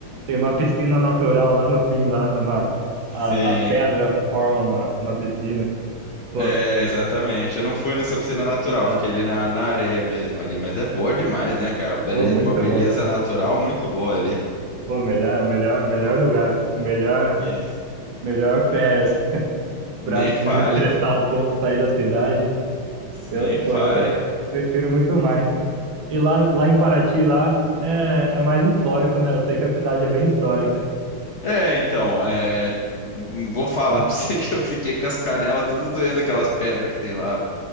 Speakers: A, on the right; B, on the left.
A: tem uma piscina natural lá no fim, lá. Uma,
B: Sim.
A: a, as pedras formam uma, uma piscina. Pô,
B: É, exatamente. Eu não fui nessa piscina natural,
A: ah,
B: fiquei ali na, na areia mesmo ali, mas é boa demais, né, cara? Bele-
A: pô, muito
B: Uma beleza
A: bom.
B: natural muito boa ali.
A: Pô, melhor, melhor, melhor lugar. Melhor,
B: Isso.
A: melhor férias
B: Nem
A: pra
B: fale,
A: desestressar
B: cara.
A: um pouco, sair da cidade. Eu,
B: nem fale.
A: pô, eu ta- prefiro muito mais. E lá, lá em Paraty, lá, é, é mais histórico, né? Eu sei que a cidade é bem histórica.
B: É, então, é,
A: Não,
B: n- vou falar
A: não,
B: <laughs> pra você que eu fiquei com as canelas tudo doendo, aquelas pedras que tem lá.